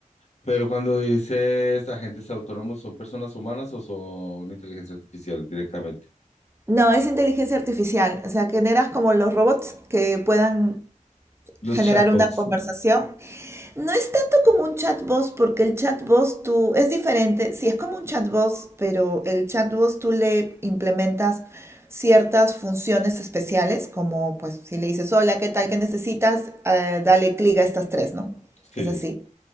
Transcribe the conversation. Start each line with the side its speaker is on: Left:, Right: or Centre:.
Left: Pero cuando dices agentes autónomos, ¿son personas humanas o son inteligencia artificial directamente?
Right: No, es inteligencia artificial, o sea, generas como los robots que puedan
Left: Los
Right: generar
Left: chatbots.
Right: una conversación. No es tanto como un chatbot, porque el chatbot tú es diferente. Sí, es como un chatbot, pero el chatbot tú le implementas ciertas funciones especiales, como pues si le dices, hola, ¿qué tal? ¿Qué necesitas? Eh, dale clic a estas tres, ¿no?
Left: Sí,
Right: Es así.